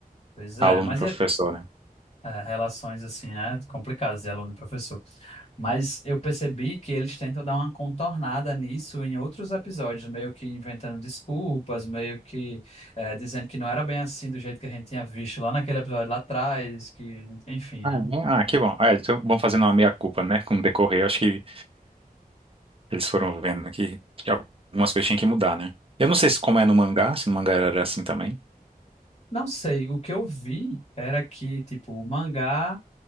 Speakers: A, on the left; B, on the right.
A: pois é,
B: Aluno-professor,
A: mas é,
B: né?
A: é, relações assim, né? Complicadas de aluno e professor. Mas eu percebi que eles tentam dar uma contornada nisso em outros episódios, meio que inventando desculpas, meio que é, dizendo que não era bem assim do jeito que a gente tinha visto lá naquele episódio lá atrás, que, enfim,
B: Ah,
A: né?
B: é? Ah, que bom. Ah, então vão fazendo uma meia-culpa, né? Com o decorrer, eu acho que eles foram vendo que, que algumas coisas tinham que mudar, né? Eu não sei se como é no mangá, se no mangá era assim também.
A: Não sei, o que eu vi era que, tipo, o mangá,